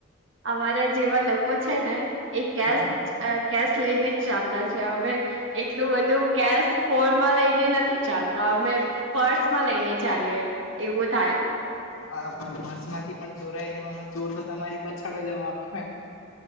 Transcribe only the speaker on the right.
અમારા જેવા લોકો છે ને એ કેસ
કેશ લઈને જ ચાલતા છે, અમે એટલું બધું કેશ ફોનમાં લઈને નથી ચાલતા, અમે પર્સમાં લઈને ચાલીએ એવું થાય.